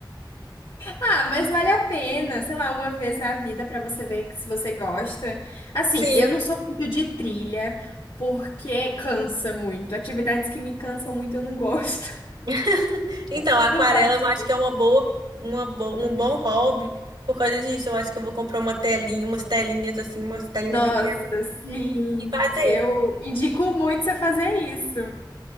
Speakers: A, on the left (about 70°); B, on the right (about 75°).
A: Ah, mas vale a pena, sei lá, uma vez na vida pra você ver se você gosta. Assim,
B: Sim.
A: eu não sou muito de trilha porque cansa muito. Atividades que me cansam muito eu não gosto.
B: <laughs>
A: <laughs>
B: Então, a
A: Eu
B: aquarela
A: não gosto.
B: eu acho que é uma boa, uma bo- um bom hobby. Por causa disso, eu acho que eu vou comprar uma telinha, umas telinhas assim, umas telinhas
A: Nossa,
B: pequenas
A: sim,
B: e fazer.
A: eu indico muito você fazer isso.